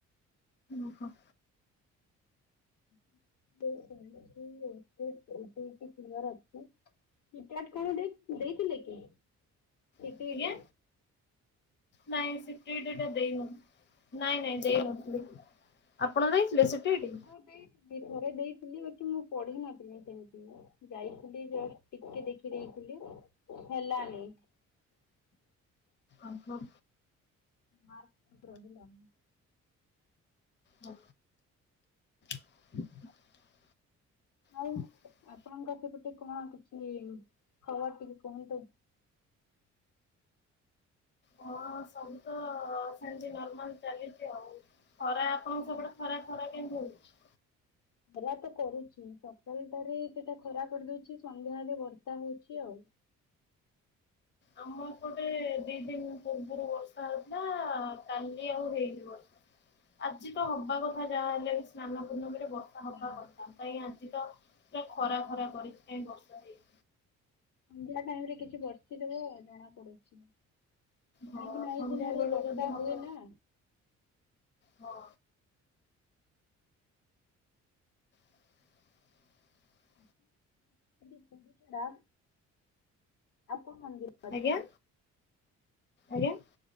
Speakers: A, on the left; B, on the left.
A: ଓହୋ।
B: <unintelligible> ଅ ଟି ଇ ଟି କ୍ଲିୟର ଅଛି। ସି ଟେଟ୍ କଣ ଦେଇ ଦେଇଥିଲେ କି?
A: ଆଜ୍ଞା
B: ଟିଟି
A: ନାଇଁ ସିଟିଇଟି ଟା ଦେଇନୁ। ନାଇଁ ନାଇଁ ଦେଇନଥିଲି। ଆପଣ ଦେଇଥିଲେ ସିଟିଇଟି?
B: ସେଇ ଦି ଥରେ ଦେଇଥିଲି ବାକି ମୁଁ ପଢି ନଥିଲି ସେମତି। ଯାଇଥିଲି ଜଷ୍ଟ ଟିକେ ଦେଖି ଦେଇଥିଲେ ହେଲାନି।
A: ଓ ହଁ।
B: ମାର୍କ ରହିଲାନି।
A: ହଁ। <inaudible>
B: ଆଉ
A: <inaudible>
B: ଆପଣଙ୍କ ପାଖେ ଗୁଟେ କଣ କିଛି ଖବର ଟିକେ କୁହନ୍ତୁ?
A: ହଁ ସବୁ ତ ସେମିତି ନର୍ମାଲ ଚାଲିଚି ଆଉ। ଖରା ଆପଣଙ୍କ
B: ହୁଁ।
A: ସେପଟେ ଖରା ଖରା କେମିତି ହଉଛି?
B: ଖରା ତ କରୁଛି ସକାଳଟାରେ ଏ ସେଟା ଖରା କରିଦଉଛି। ସନ୍ଧ୍ୟାାରେ ବର୍ଷା ହଉଛି ଆଉ।
A: ଆମ ଏପଟେ ଦି ଦିନ ପୂର୍ବରୁ ବର୍ଷା ହେଉଥିଲା। କାଲି ଆଉ ହେଇନି ବର୍ ଆଜି ତ ହବା କଥା ଯାହାହେଲେ ବି ସ୍ନାନ ପୂଣ୍ଣମୀରେ ବର୍ ଷା ହବା
B: ହଁ।
A: କଥା କାଇଁ ଆଜି ତ ପୁରା ଖରା ଖରା କରିଛି କାଇଁ ବର୍ଷା ହେଇନି।
B: ସନ୍ଧ୍ୟା ଟାଇମ୍ ରେ କିଛି ବର୍ଷିଦବ ଆଉ ଜଣା ପଡୁଛି।
A: ହଁ
B: କାହିଁକି ନା ଏଇ
A: ସନ୍ଧ୍ୟା
B: ଦିନରେ
A: ବେଳେ
B: ବର୍ଷା
A: ଯଦି ହବ
B: ହୁଏ ନା।
A: ହଁ। <inaudible>
B: ଏମତି ପୁଣ୍ଡିଚେରା, ଆଉ କୋଉ ମନ୍ଦିର ଅଛି?
A: ଆଜ୍ଞା, ଆଜ୍ଞା।